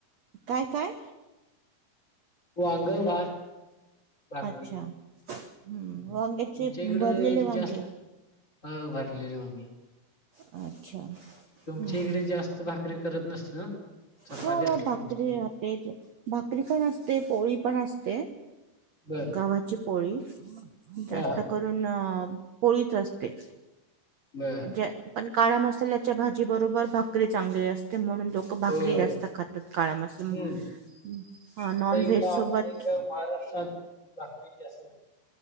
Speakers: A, on the right (about 65°); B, on the left (about 20°).
A: काय काय
B: वांग भात भाकरी
A: अच्छा हम्म
B: तुमच्या
A: वांग्याचे
B: इकडं
A: भरलेले वांगे
B: जास्त हा भरले र मगे
A: अच्छा हम्म
B: तुमच्या
A: हम्म.
B: इकडे जास्त भाकरी करत नसतील ना चपाती
A: ह
B: असेल
A: मग भाकरी
B: तुमच्या इकडे
A: राहते भाकरी पण असते पोळी पण असते
B: बर
A: गव्हाची पोळी जास्त
B: हा हा
A: करून पोळीच असते
B: बर
A: ज पण काळा मसाल्याच्या भाजी बरोबर भाकरी चांगली असते म्हणून लोक भाकरी
B: होय
A: जास्त खातात काळामध्ये
B: हं. तसं
A: नॉन
B: इकडं
A: व्हेज
B: आमच्या
A: सोबत
B: इकडं महाराष्ट्रात प्रकृ अस